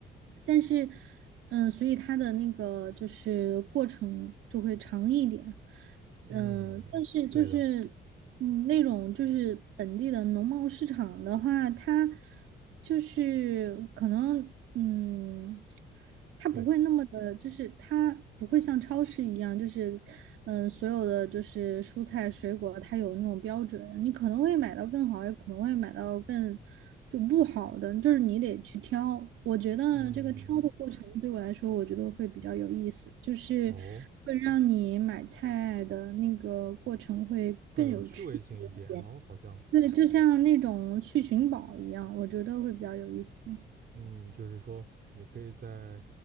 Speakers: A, on the right; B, on the right.
A: 但是，嗯、所以它的那个就是过程就会长一点。
B: 嗯，
A: 嗯，但是就是，
B: 对的，
A: 嗯，那种就是本地的农贸市场的话，它就是可能，嗯，它不会那么的，
B: 对，
A: 就是它不会像超市一样，就是，嗯，所有的就是蔬菜水果，它有那种标准，你可能会买到更好，也可能会买到更就不好的，就是你得去挑。我觉得这个挑的过程对我来说，
B: 嗯，
A: 我觉得会比较有意思，就是。
B: 哦。
A: 会让你买菜的那个过程会更有趣一点。
B: 更有趣味性一点，然后好像，
A: 对，就像那种去寻宝一样，我觉得会比较有意思。
B: 嗯，就是说你可以在，